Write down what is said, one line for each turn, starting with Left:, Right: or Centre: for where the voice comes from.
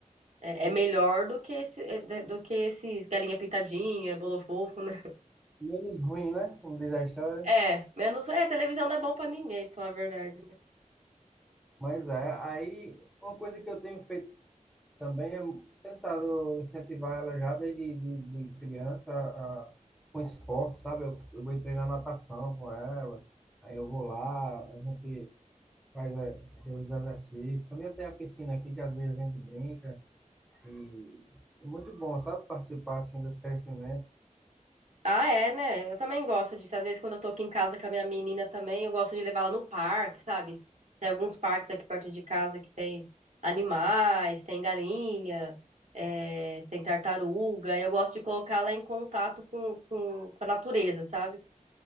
Right: é, é melhor do que esse, é, de- do que esses galinha pintadinha, bolo fofo, né?
Centre: menos ruim, né? Como diz a história.
Right: É, menos. É, televisão não é bom pra ninguém, pra falar a verdade. né.
Centre: Mas é, aí uma coisa que eu tenho feito também é tentado incentivar ela já desde de, de criança a, com esporte, sabe? Eu, eu vou treinar natação com ela, aí eu vou lá, a gente faz é, os exercícios. Também tem a piscina aqui que às vezes a gente brinca e é muito bom, sabe? Participar assim desse crescimento.
Right: Ah, é, né? Eu também gosto disso. Às vezes, quando eu tô aqui em casa com a minha menina também, eu gosto de levar ela no parque, sabe? Tem alguns parques aqui perto de casa que tem animais, tem galinha, é, tem tartaruga. E Eu gosto de colocar ela em contato com, com, com a natureza, sabe?